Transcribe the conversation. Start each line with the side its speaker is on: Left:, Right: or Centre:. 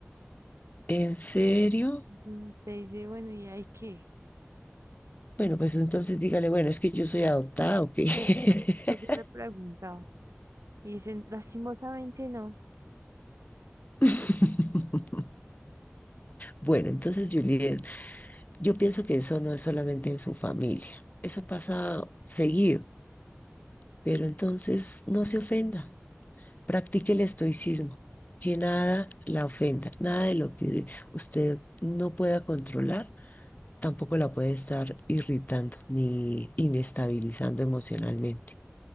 Left: ¿en serio?
Right: Entonces usted dice, bueno, ¿y hay qué?
Left: Bueno, pues entonces dígale, bueno, es que yo soy adoptada, ¿o qué? <laughs>
Right: Pues yo le he preguntado. Y dicen, lastimosamente no,
Left: <laughs> Bueno, entonces, Juliet, yo pienso que eso no es solamente en su familia, eso pasa seguido, pero entonces no se ofenda, practique el estoicismo, que nada la ofenda, nada de lo que usted no pueda controlar, tampoco la puede estar irritando ni inestabilizando emocionalmente.